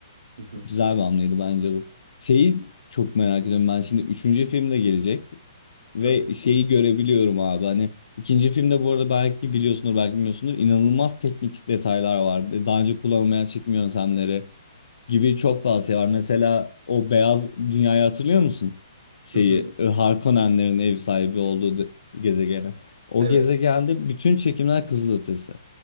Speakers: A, on the right; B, on the left.
A: Hı hı.
B: güzel bir hamleydi bence bu. Şeyi çok merak ediyorum ben şimdi 3. filmde gelecek. Ve
A: Tabii.
B: şeyi görebiliyorum abi hani ikinci filmde bu arada belki biliyorsundur belki bilmiyorsundur inanılmaz teknik detaylar vardı. Daha önce kullanılmayan çekim yöntemleri gibi çok fazla şey var. Mesela o beyaz dünyayı hatırlıyor musun? Şeyi
A: Hı hı.
B: e, Harkonnenlerin ev sahibi olduğu de- gezegeni. O
A: Evet.
B: gezegende bütün çekimler kızılötesi.